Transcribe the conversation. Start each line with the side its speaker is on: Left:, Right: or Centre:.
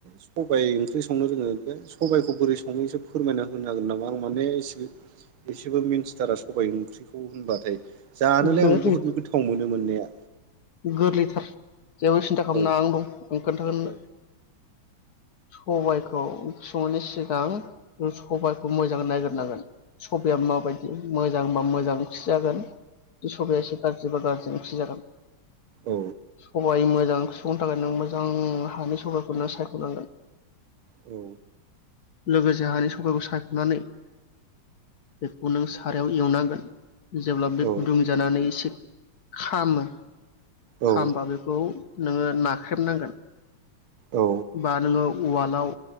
Right: सबाइ ओंख्रि संनो रोङो बे सबबायखौ बोरै संङो एसे फोरमायना होनो हागोन नामा? आं माने एसेबो मिन्थिथारा सबाय ओंख्रिखौ होनबाथाय जानोलाय
Left: गोरलि
Right: आं बुहुद गोथाव मोनो मोननाया
Left: गोरलैथार जेबो सिन्था खालामना
Right: औ
Left: आं दं आं खोन्थागोन नोंनो
Right: औ
Left: सबायखौ ओंख्रि संनायनि सिगां सबाइखौ मोजां नायग्रोनांगोन सबायआ माबायदि मोजांबा मोजां <unintelligible> जाजागोन सबाया एसे गाज्रि बा गाज्रि ओंख्रि जाजागोन
Right: औ
Left: सबाय मो जां सुफुंनो थाखाय नों मोजां हानि सबायखौ नों सायख'नांगोन
Right: औ
Left: लोगोसे हानि सकाइखौ सायख'नानै बेखौ नों सारायाव एवनांगोन जेब्ला बे
Right: औ
Left: गुदुं जानानै एसे खामो
Right: औ
Left: खामबा बेखौ नोङो नाख्रेबनांगोन
Right: औ
Left: बा नोंङो उवालाव